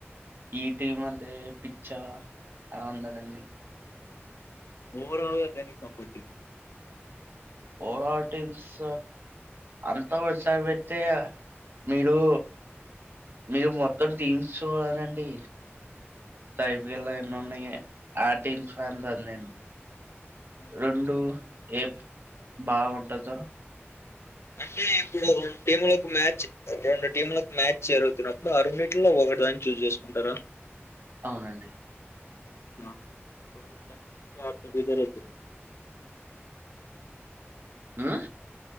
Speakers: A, on the right (about 55°); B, on the left (about 70°).
A: ఈ టైమల్ పిచ్చా అలా ఉండదండి
B: మరా తని సపటీ
A: పోరాటి స అంత ఒకసారి పెడితే మీరు మీరు మొత్తం టీమ్స్కోాలాలండి ఇపుళ ఎన్న ఉన్నాయి ఆ మ్స్తుది నేను
B: హ్మ్.
A: రెండు ఏ బాగుంటందో
B: అంటే ఇప్పుడు రెండు టీములకు మ్యాచ్ రెండు టీంలకు మ్యాచ్ జరుగుతున్నప్పుడు అరు నట్లో ఒకటిదాని చూజ చేసుకుంటారా
A: అవునండి
B: పప్పుడు ఇ అర్థ బ గరజ
A: ఆ